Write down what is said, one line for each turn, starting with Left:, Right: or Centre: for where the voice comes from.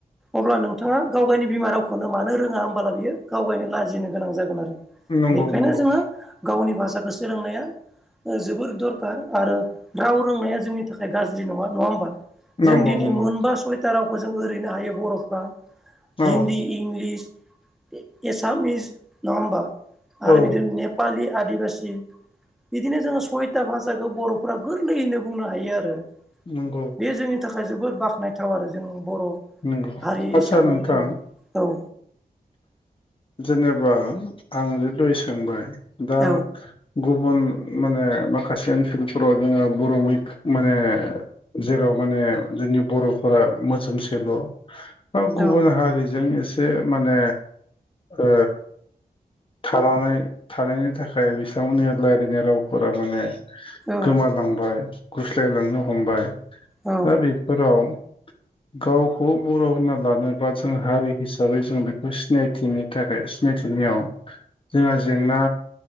Centre: अब्ला नोंथाङा गाव गावनि बिमा रावखौनो मानो रोङा होमबला बियो गावगायनो लाजिनो गोनां जागोन आरो।
Left: नंगौ
Centre: बेखायनो
Left: नंगौ
Centre: जोङो गावनि भाषाखौ सोलोंनाया जोोबोर दरखार आरो राव रोंनाया जोंनि थाखाय गाज्रि नङा नङा होमबा
Left: नंगौ
Centre: जों दिनै
Left: नंगौ
Centre: मोनबा सयताराव खौ जों ओरैनो हायो बर'फ्रा
Left: औ
Centre: हिन्दी, इंलिस एसामिस, नङा होमबा आरो
Left: औ
Centre: बिदिनो नेपाालि, आदिबासि बिदिनो जोङो सयता भाषाखौ बर'फोरा गोरलैयैनो बुंनो हायो आरो।
Left: नोंगौ।
Centre: बे जोंनि थाखाय जोबोद बाख्नायथाव आरो जों बर'
Left: नंगौ
Centre: हारि हिसाबै
Left: आदसा नोंथां
Centre: औ।
Left: जेनेबा आं जि दय सोंबाय दा
Centre: औ
Left: गुबुन माने माखासे ओनसोलफोराव जोङो बर' मै माने जेराव माने जोंनि बर'फोरा मोजोमसेल' बा गुबुन
Centre: औ
Left: हारिजों एसे माने ओ थानानै थानायनि थाखाय बिथांमोननि रायज्लायनाय रावफोरा माने
Centre: औ
Left: गोमालांबाय गुस्लायलांनो हमबाय
Centre: औ
Left: दा बेफोराव गावखौ बर' होनना लानोबा जों हारि हिसा हिसाबै जों बेखौ सिनायथिनि थाखाय सिनायथिनायाव जोंहा जेंना